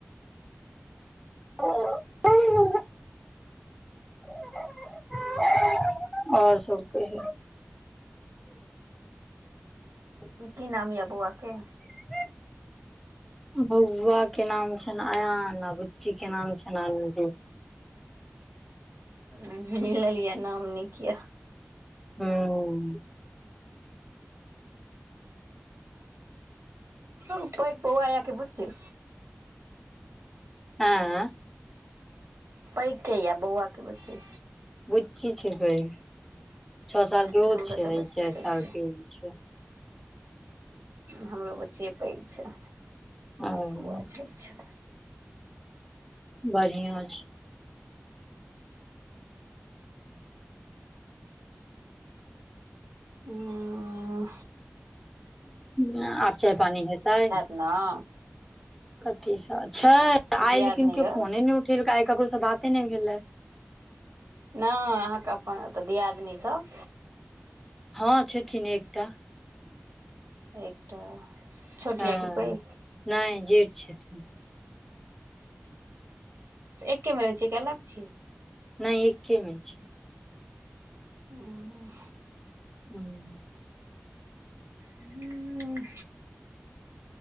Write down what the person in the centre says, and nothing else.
<unintelligible> आओर सब कही। ह <inaudible>
<inaudible> बौआ के नाम छनि अयन आ बुच्ची के नाम छनि आनन्दी।
हूँ
एं।
बुच्ची छै पैघ छौ साल के
ओ छै
चार
साल
के ओ छै।
ओ
बढ़िआं छै।
ह आब चाय पानि हेतै।
कथीसँ छै आइ
लेकिन केओ
फोने नहि उठेलकै आइ ककरोसँ बाते नहि भेलै।
हँ छथिन एकटा।
हँ
नहि जेठ छथिन।
नहि एकेमे छै।
हूं।